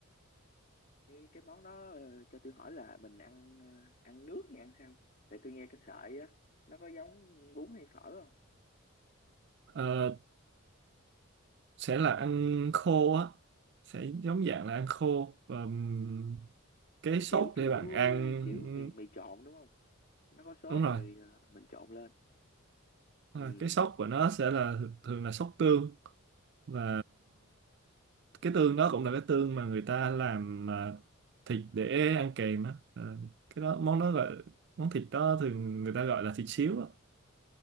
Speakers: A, on the left (about 45°); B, on the right (about 55°).
A: cái cái món đó ờ, cho tôi hỏi là mình ăn ờ, ăn nước hay ăn sao tại tôi nghe cái sợi á nó có giống bún hay phở không
B: Ờ, sẽ là ăn khô á sẽ giống dạng là ăn khô và ừm, cái
A: là
B: sốt
A: kiểu kiểu
B: để bạn ăn
A: kiểu mì mì trộn đúng không nó có sốt
B: đúng rồi,
A: rồi ờ, mình trộn lên ừ.
B: đúng rồi. cái sốt của nó sẽ là thường là sốt tương và cái tương đó cũng là cái tương mà người ta làm à, thịt để ăn kèm á Ờ, cái đó món đó gọi món thịt đó thường người ta gọi là thịt xíu á